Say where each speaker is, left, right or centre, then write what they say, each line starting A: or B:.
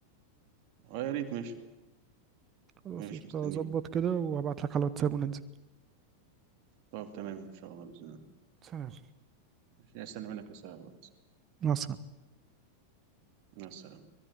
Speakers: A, on the right; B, on the right.
A: اه يا ريت ماشي
B: خلاص
A: ماشي
B: قشطة
A: مستنيك
B: أظبط كده وهبعتلك على الواتساب وننزل
A: طب تمام إن شاء الله بإذن الله
B: سلام
A: ماشي هستنى منك رسالة على الواتس.
B: مع السلامة
A: مع السلامة